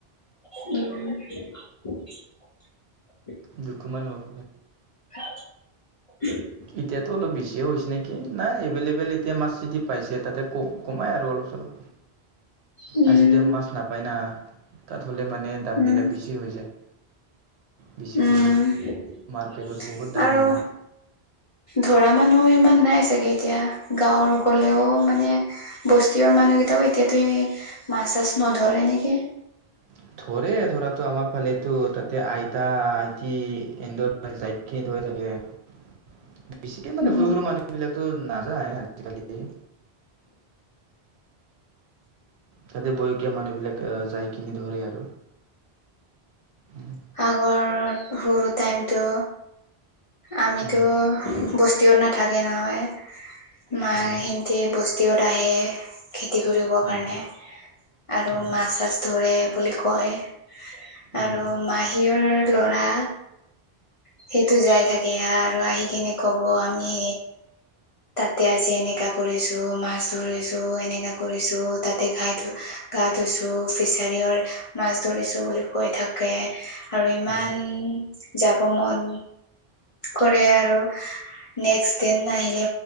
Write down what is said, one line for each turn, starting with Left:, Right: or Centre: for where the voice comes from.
Left: উম।
Right: দুইশ মান হ'ব।
Left: <inaudible>
Right: এতিয়াতো অলপ বেছিয়েই হৈছে নেকি? নাই এভেইলেবেল এতিয়া মাছ চিতি পাইছে, তাতেই ক কমাই আৰু অলপ চলপ।
Left: উম
Right: আৰু যিতিয়া মাছ নাপায় না, তাত হ'লে মানে দাম
Left: উম
Right: বিলাক বেছি হৈ যায়। বেছিকৈ
Left: উম
Right: লয় মাৰ্কেটত বহুত দাম
Left: আৰু
Right: হয় না
Left: ধৰা মানুহ ত, ইমান নাই চাগে এতিয়া গাঁৱৰ গ'লেও মানে বস্তিৰ মানুহ কেইটাও এতিয়া তে। মাছ চাছ নধৰে এনেকে।
Right: <unintelligible> ধৰে ধৰাতো আমাৰ ফালে তাতে আইতা আইতি এন্দাইনি যায়নে ধৰি থাকে। কে বেছিকে মানে
Left: উম
Right: সৰু
Left: হম।
Right: সৰু মানুহবিলাকতো নাযায় আজিকালি। তাতে বয়কীয়া মানুহ বিলাক আহ যাই কিনি ধৰে আৰু। উম,
Left: আগৰত সৰু টাইমতো আমিতো
Right: উম,
Left: বস্তু। তেওঁ নাথাকে হয় মাহঁতে
Right: অ',
Left: সিহঁতে বস্তিৰত আহে। খেতি কৰিবৰ
Right: উম,
Left: কাৰণে আৰু
Right: অ',
Left: মাছ চাছ ধৰে বুলি কয়।
Right: উম,
Left: আৰু মাহীয়েৰ ল'ৰা সেইটো যাই থাকে। বেয়া আৰু আহি কিনে ক'ব আমি। তাতে আজি এনেকা কৰিছো, মাছ ধৰিছো, এনেকা কৰিছো তাতে ঘাই ধ গা ধুইছো ফিছাৰী মাছ ধৰিছো বুলি কৈ থাকে আৰু ইমান।
Right: উম।
Left: যাব মন কৰে আৰু নেক্স দিন নাহিলে